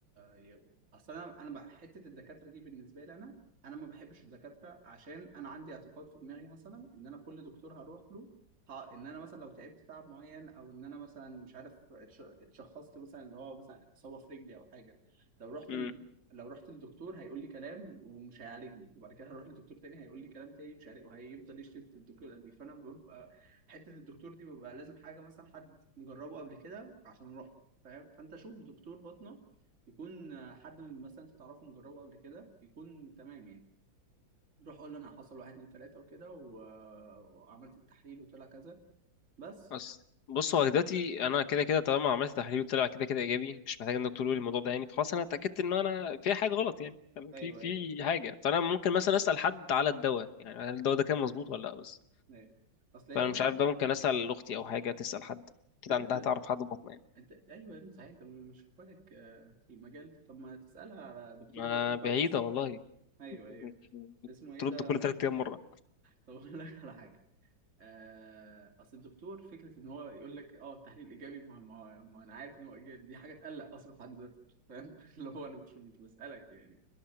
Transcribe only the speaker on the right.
يا اصل انا انا بح- حته الدكاتره دي بالنسبه لي انا انا ما بحبش الدكاتره عشان انا عندي اعتقاد في دماغي مثلا ان انا كل دكتور هروح له ها ان انا مثلا لو تعبت تعب معين او ان انا مثلا مش عارف اتش- اتشخصت مثلا اللي هو مثلا اصابه في رجلي او حاجه لو رحت
ال... لو رحت للدكتور هيقول لي كلام ومش هيعالجني وبعد كده هروح لدكتور تاني هيقول لي كلام تاني مش عارف وهيفضل يشتم في الدكتور اللي قبليه فانا ببقى حته الدكتور دي ببقى لازم حاجه مثلا حد مجربه قبل كده عشان اروح فاهم فانت شوف دكتور باطنة يكون آه، حد من مثلا انت تعرفه مجربه قبل كده يكون تمام يعني روح قول له انا حصل واحد اتنين تلاته وكده و... آه، وعملت التحليل وطلع كذا بس
ايوه
ايوه
ايوه اصل هي
فكره
فكره
انت ايوه يا ابني صحيح انت مش اخواتك آه، في المجال طب ما تسالها على دكتور
باطنة كويس
ايوه
ايوه اسمه ايه
ده
طب اقول لك على حاجه آه، اصل الدكتور فكره ان هو يقول لك اه التحليل ايجابي ما, ما, ما انا عارف ان هو ايجابي دي حاجه تقلق اصلا في حد ذاته فاهم <laughs> اللي هو انا مش مش بسالك يعني